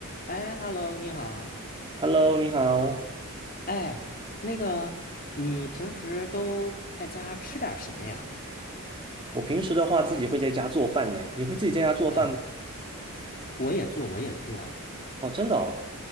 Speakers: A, on the left; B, on the right.
A: 哎，Hello，你好。
B: Hello，你好。
A: 哎，那个，你平时都在家吃点儿什么呀？
B: 我平时的话自己会在家做饭呢。你会自己在家做饭吗？
A: 啊，我也做，我也做。
B: 哦，真的哦。